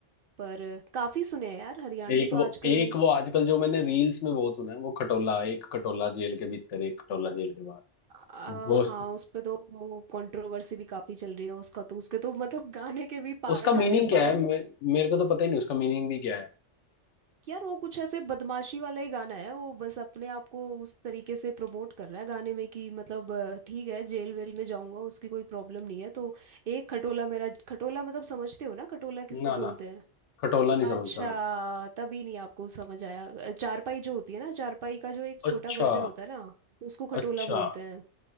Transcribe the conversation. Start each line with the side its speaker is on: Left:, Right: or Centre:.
Right: पर काफ़ी सुने हैं यार हरियाणवी
Left: एक
Right: तो
Left: वो
Right: आजकल
Left: एक वो आजकल जो मैंने रील्स में बहुत सुना है वो खटोला एक खटोला जेल के भीतर एक खटोला जेल के बाहर
Right: आ,
Left: वो
Right: हाँ उस पे तो वो कंट्रोवर्सी भी काफी चल रही है उसका तो उसके तो मतलब गाने के भी पार्ट
Left: उसका मीनिंग
Right: आ रहे हैं
Left: क्या
Right: पार्ट
Left: है मे,
Right: वन
Left: मेरे को तो पता ही नहीं उसका मीनिंग भी क्या है
Right: यार वो कुछ ऐसे बदमाशी वाला ही गाना है वो बस अपने आप को उस तरीके से प्रमोट कर रहा है गाने में कि मतलब अ, ठीक है जेल वेल में जाऊंगा उसकी कोई प्रॉब्लम नहीं है तो एक खटोला मेरा खटोला मतलब समझते हो ना खटोला किसको
Left: ना ना
Right: बोलते हैं
Left: खटोला नहीं समझता
Right: अच्छा
Left: मैं
Right: तभी नहीं आपको समझ आया अ, चारपाई जो होती है ना चारपाई का जो एक छोटा
Left: अच्छा
Right: वर्जन होता है ना उसको खटोला
Left: अच्छा
Right: बोलते हैं